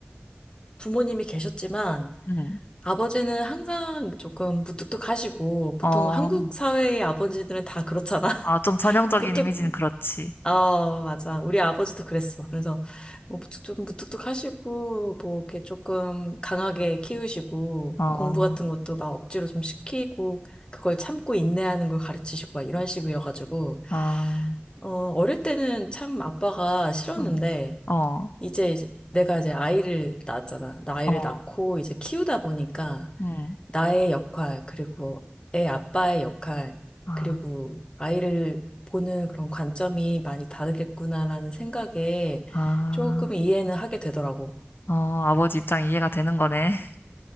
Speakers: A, on the left; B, on the left.
A: 부모님이 계셨지만
B: 응.
A: 아버지는 항상 조금 무뚝뚝하시고 보통
B: 어,
A: 한국 사회의 아버지들은 다 그렇잖아. <laughs>
B: 아, 좀 전형적인
A: 무뚝,
B: 이미지는 그렇지.
A: 어, 맞아. 우리 아버지도 그랬어. 그래서 뭐 뚝뚝 무뚝뚝 하시고 뭐 이렇게 조금 강하게 키우시고
B: 어, 어,
A: 공부 같은 것도 막 억지로 좀 시키고 그걸 참고 인내하는 걸 가르치시고 막 이런 식이어가지고
B: 아,
A: 어, 어릴 때는 참 아빠가 싫었는데
B: 응. 어,
A: 이제 이제 내가 이제 아이를 낳았잖아. 나 아이를
B: 어,
A: 낳고 이제 키우다 보니까
B: 응.
A: 나의 역할, 그리고 애 아빠의 역할,
B: 아,
A: 그리고 아이를 보는 그런 관점이 많이 다르겠구나라는 생각에
B: 아,
A: 조금 이해는 하게 되더라고.
B: 어, 아버지 입장 이해가 되는 거네. <laughs>